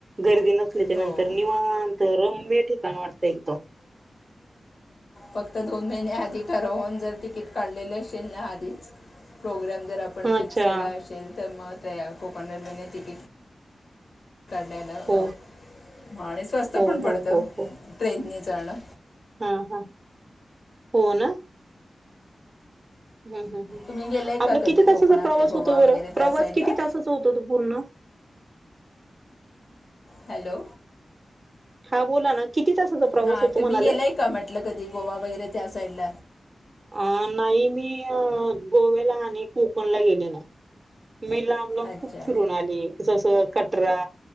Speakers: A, on the right; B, on the left.
A: गर्दी नसली त्या
B: हो
A: नंतर निवांत रम्य ठिकाण वाटत एकदम
B: बत तर दोन महिने आधी ठरवून जर तिकीट काढलेलं असेल ना आधीच प्रोग्राम जर आपण
A: अच्छा
B: फिक्स केला असेल तर मग त्या कोकण रेल्वेने तिकीट काढालार
A: हो
B: मा आणि स्वस्त
A: हो
B: पण पडतं
A: हो हो हो
B: ट्रेननी जाणं
A: हा हा हो ना हम्म हम्म हम्म
B: तुम्ही गेलाय
A: आपला
B: का कधी
A: किती तासाचा
B: कोकणात
A: प्रवास
B: ते गोवा
A: होतो बरं
B: वगैरे
A: प्रवास
B: त्या साईडला
A: किती
B: ह
A: तासाचा होतो तो पूर्ण
B: हॅलो
A: हा बोला ना किती तासाचा प्रवास
B: हा
A: होतो
B: तुम्ही
A: म्हणाला
B: गेलाय का म्हटलं कधी गोवा वगैरे त्या चचालल
A: अ नाही मी अ गोव्याला आणि कोकणला गेले नाही मी लांब लाब
B: अच्छा
A: खूप फिरून आली जसं कटरा